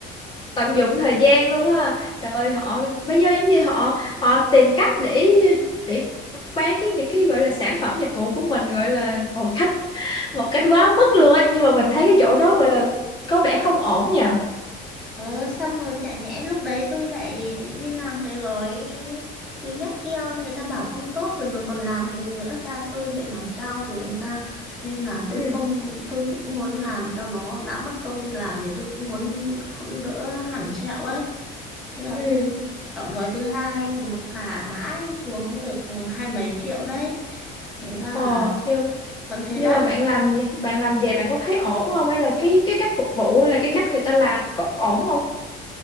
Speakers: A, on the left (about 25°); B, in the centre.
A: tận
B: Ừ.
A: dụng thời gian luôn ha. Trời ơi, họ bây giờ giống như họ họ tìm cách để để bán cái những cái gọi là sản phẩm dịch vụ của mình gọi là một cách một cách quá mức luôn ấy, nhưng mà mình thấy cái chỗ đó gọi là có vẻ không ổn nhỉ.
B: ờ xong rồi chả nhẽ lúc đấy tôi lại đi làm cái gói thứ nhất kia người ta bảo không tốt rồi mà còn làm thì nữa ra tôi bị làm sao thì làm sao nên là tôi
A: ừ
B: không tôi cũng muốn làm cho nó đã mất công đi làm thì tôi cũng muốn không đỡ hẳn sẹo ấy thế là
A: ừ
B: tôi chọn gói thứ hai nhưng mà cả mãi xuống được hai mấy triệu đấy thế là
A: Ờ, nhưng
B: vẫn thấy
A: nhưng
B: đắt
A: mà bạn làm gì- bạn làm về bạn có thấy ổn không hay là cái cái cách phục vụ hay là cái cách người ta làm thì có ổn không